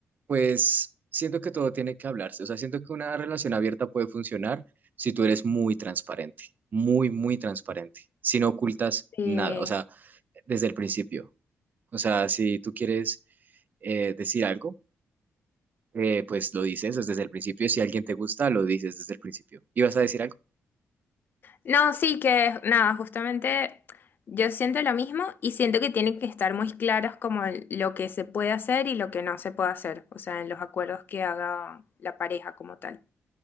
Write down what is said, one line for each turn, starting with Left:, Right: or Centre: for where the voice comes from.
Right: pues, siento que todo tiene que hablarse. O sea, siento que una relación abierta puede funcionar si tú eres muy transparente, muy, muy transparente, si no ocultas
Left: Sí.
Right: nada, o sea, desde el principio. O sea, si tú quieres eh, decir algo, eh, pues lo dices desde el principio. Si alguien te gusta, lo dices desde el principio. ¿Ibas a decir algo?
Left: No, sí que nada, justamente yo siento lo mismo y siento que tienen que estar muy claros como el- lo que se puede hacer y lo que no se puede hacer, o sea, en los acuerdos que haga la pareja como tal,